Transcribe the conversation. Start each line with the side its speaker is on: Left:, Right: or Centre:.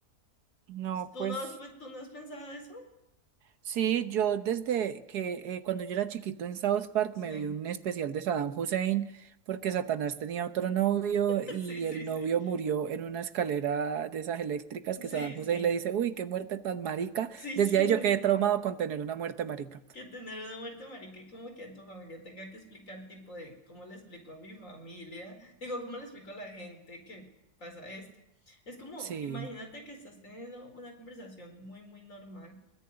Right: No,
Left: ¿Tú
Right: pues
Left: no has, pu- tú no has pensado eso?
Right: Sí, yo desde que eh, cuando yo era chiquito en South Park
Left: Sí,
Right: me vi un especial de Saddam Hussein porque Satanás tenía otro novio
Left: <laughs>
Right: y
Left: sí, sí,
Right: el
Left: sí,
Right: novio murió en una escalera de esas eléctricas que
Left: sí,
Right: Saddam
Left: sí,
Right: Hussein le dice, uy, qué muerte tan marica.
Left: sí,
Right: Desde
Left: sí,
Right: ahí yo quedé
Left: sí.
Right: traumado con tener una muerte marica.
Left: que tener una muerte, marica, y como que tu familia tenga que explicar, tipo de cómo le explico a mi familia, digo, cómo le explico a la gente que pasa esto. Es como,
Right: Sí.
Left: imagínate que estás teniendo una conversación muy, muy normal